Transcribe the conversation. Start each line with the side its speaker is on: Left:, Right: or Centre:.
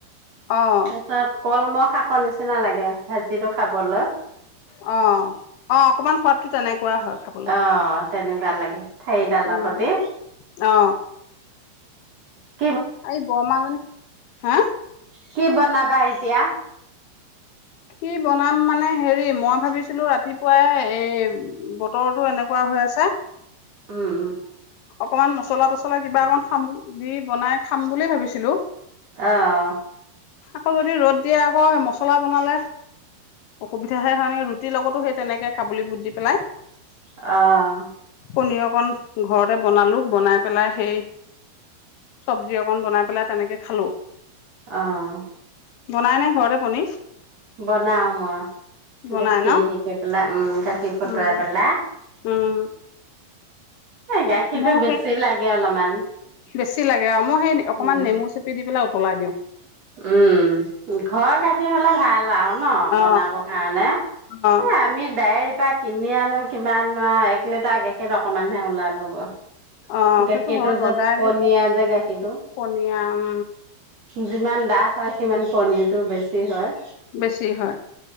Left: অ
Right: তাৰপিছত কলমৌ শাকৰ নিচিনা লাগে ভাজিটো খাবলৈ
Left: অ অ অকমান সোৱাদটো তেনেকুৱা হয় খাবলৈ
Right: অ তেনেকুৱা লাগে সেইডালৰ
Left: উম
Right: সতি
Left: অ
Right: অ
Left: এই বৰমাজনী হা
Right: কি বনাবা এতিয়া?
Left: কি বনাম মানে হেৰি মই ভাবিছিলো ৰাতিপুৱাই এই বতৰতো এনেকুৱা হৈ আছে
Right: উম-উম
Left: অকমান মছলা তচলা কিবা অকন খাম দি বনাই খাম বুলি ভাবিছিলো
Right: অ'
Left: আকৌ যদি ৰ'দ দিয়ে আকৌ মছলা বনালে অসুবিধা সেকাৰণে ৰুটিৰ লগতো সেই তেনেকে কাবুলী বুট দি পেলাই
Right: অ'
Left: পনীৰ অকণ ঘৰতে বনালো বনাই পেলাই সেই চব্জি অকন বনাই পেলাই তেনেকে খালো
Right: অ '
Left: বনাই নে ঘৰতে পনীৰ?
Right: বনাও মই
Left: বনাই
Right: গাখীৰ
Left: ন
Right: শিক পেলাই উ
Left: উম
Right: <inaudible>
Left: উম
Right: এই গাখীৰতটো
Left: মোৰ
Right: বেছি লাগে অলপমান <unintelligible>
Left: বেছি লা দিয়া। ম হেই অকমান
Right: উম
Left: নেমু চেপি দি পেলাই উতলাই দিওঁ
Right: উম ঘৰৰ গাখীৰ হলে ভাল আৰু ন
Left: অ
Right: বনাবৰ কাৰণে হ
Left: অ
Right: আমি দায় এইপা কিনি আনো কিমান নো আৰু এক লিটাৰ গেখীৰ অকমানহে ওলাবগৈ
Left: অ
Right: গাখীৰটো
Left: সেইটো হয় বদাই
Right: যে পনীয়া যে গাখীৰটো
Left: পনীয়া উম
Right: যিমান ডাঠ হয় সিমান পনিৰতটো বেছি হয়
Left: বেছি হয়।